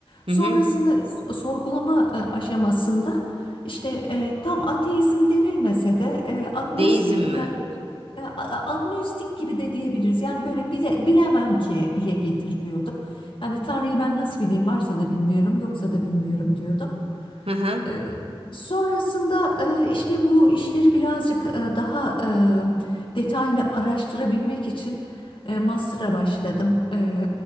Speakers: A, on the right; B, on the left.
A: Hı
B: Sonrasında
A: hı.
B: s- sorgulama e, aşamasında işte e, tam ateizm denilmese de e, agnostik
A: Deizm
B: bir
A: mi?
B: yaklaşım. E, a- agnostik gibi de diyebiliriz. Yani böyle bile, bilemem ki'ye getiriyordum. Yani Tanrı'yı ben nasıl bileyim varsa da bilmiyorum yoksa da bilmiyorum diyordum.
A: Hı hı.
B: E, Sonrasında e, işte bu işleri birazcık e, daha e, detaylı araştırabilmek için e, master'a başladım. E,